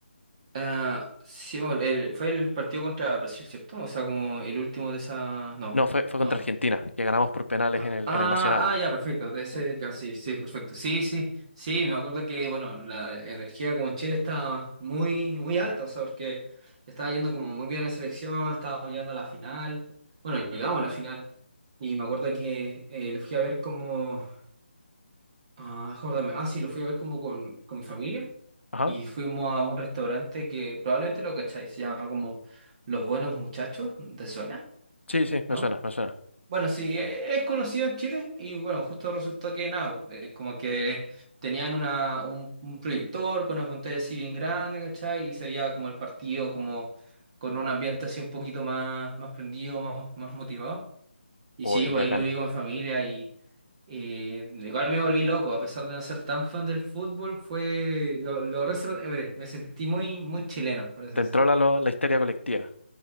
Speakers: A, on the right; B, on the left.
A: Ah, sí, bueno, el- fue el partido contra Brasil, ¿cierto? O sea, como el último de esa... No,
B: No, fue, fue contra
A: no.
B: Argentina, que ganamos por penales
A: Ah,
B: en el,
A: ah,
B: en el Nacional.
A: ah, ya, perfecto. De ese, ya, sí, sí, perfecto. Sí, sí, sí, me acuerdo que, bueno, la energía como en Chile estaba muy, muy alta, o sea, porque estaba yendo como muy bien la selección, estaba llegando a la final. Bueno, llegamos a la final. Y me acuerdo que eh, lo fui a ver como... Ah, déjame acordarme. Ah, sí, lo fui a ver como con, con mi familia
B: Ajá.
A: y fuimos a un restaurante que probablemente lo cacháis, se llama como Los Buenos Muchachos, ¿te suena?
B: Sí, sí, me
A: ¿No?
B: suena, me suena.
A: Bueno, sí, e- es conocido en Chile y bueno, justo resultó que nada, po, eh, como que tenían una, un, un proyector con una pantalla así bien grande, ¿cachai? Y se veía como el partido, como con un ambiente así un poquito más, más prendido, más, más motivado. Y
B: Obvio,
A: sí, pues
B: ya acá.
A: ahí lo vi con mi familia y eh, igual me volví loco, a pesar de no ser tan fan del fútbol, fue lo, lo reser- eh, ver, me sentí muy, muy chileno, por eso
B: Te entró la, lo- la histeria colectiva.